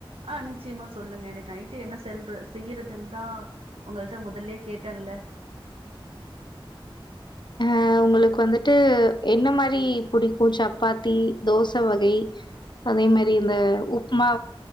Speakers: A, on the right; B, on the left.
A: ஆ நிச்சயமா சொல்லுங்க எனக்கு நைட்டு என்ன செல்ற செய்யிறதுன் தா உங்கள்ட்ட முதல்லே கேட்டேன்ல்ல
B: அ உங்களுக்கு வந்துட்டு என்ன மாரி புடிக்கும் சப்பாத்தி தோச வகை அதே மாரி இந்த உப்புமா